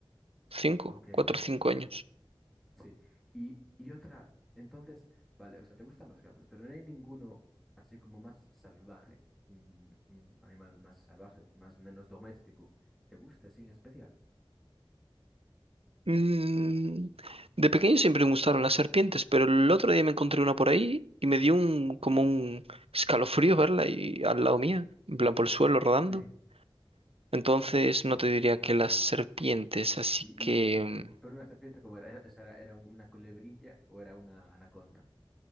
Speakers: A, on the right (about 85°); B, in the centre.
A: cinco,
B: ok,
A: cuatro
B: ok.
A: o cinco años.
B: Sí. Y, y otra, entonces, vale, o sea, te gustan los gatos, pero no hay ninguno así como más salvaje, un, un animal más salvaje, más menos doméstico. ¿Te gusta así en especial?
A: Mm, de pequeño siempre me gustaron las serpientes, pero el otro día me encontré una por ahí y me dio un como un escalofrío verla y al lado mía, en plan por el suelo rodando.
B: Sí.
A: Entonces no te diría que las serpientes,
B: Ah.
A: así
B: Y,
A: que
B: y, y- y- pero,
A: mm,
B: pero una serpiente como era, ¿E-, ¿Esa era, era una culebrilla o era una anaconda?